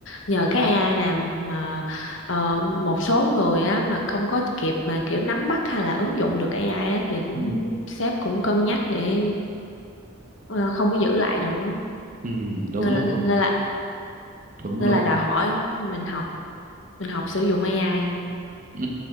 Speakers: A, on the left; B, on the right.
A: nhờ cái AI nè mà ờ, một số người á mà không có kịp mà kiểu nắm bắt hay là ứng dụng được AI á, thì cũng
B: Ừ.
A: sếp cũng cân nhắc để ờ, không có giữ lại nữa
B: ừ, đúng
A: nên, là- nên
B: luôn
A: là
B: đúng
A: nên
B: luôn
A: là đòi hỏi mình học mình học sử dụng AI
B: Ừ.